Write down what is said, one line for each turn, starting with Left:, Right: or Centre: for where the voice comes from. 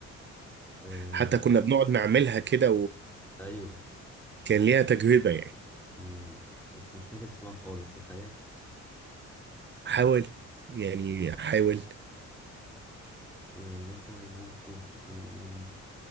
Centre: آه،
Right: حتى كنا بنقعد نعملها كده
Centre: أيوه
Right: كان ليها تجربة يعني
Centre: مم. بس مش فاكر اسمها خالص تخيل
Right: حاول يعني حاول
Centre: إيه مثلا ممكن تكون